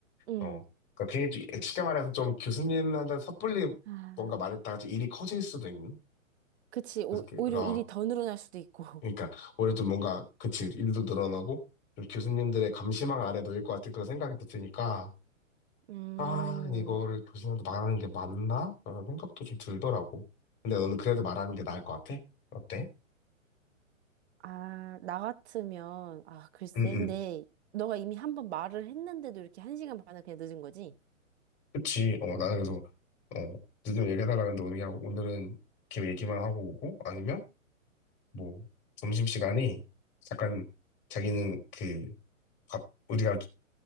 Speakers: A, on the right (about 50°); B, on the left (about 25°).
A: 응.
B: 어. 그러니까 괜히 좀- 쉽게 말해서 좀 교수님한테 섣불리
A: 아,
B: 뭔가 말했다가 좀 일이 커질 수도 있는.
A: 그치. 오,
B: 그래서 그-
A: 오히려
B: 어.
A: 일이 더 늘어날 수도 있고. <laughs>
B: 그러니까 오히려 좀 뭔가 그치 일도 늘어나고 좀 교수님들의 감시망 아래 놓일 것 같은 그런 생각이 또 드니까
A: 음,
B: 아 이거를 교수님한테 말하는 게 맞나? 라는 생각도 좀 들더라고. 근데 너는 그래도 말하는 게 나을 것 같아? 어때?
A: 아, 나 같으면, 아, 글쎄.
B: 응응.
A: 근데 너가 이미 한번 말을 했는데도 이렇게 한 시간 반을 그냥 늦은 거지?
B: 그치. 어 나는 그래서 어 늦으면 얘기해달라 는데 오늘 그냥 오늘은 걔 얘기만 하고 오고 아니면 뭐 점심시간에 약간 자기는 그 밥, 우리가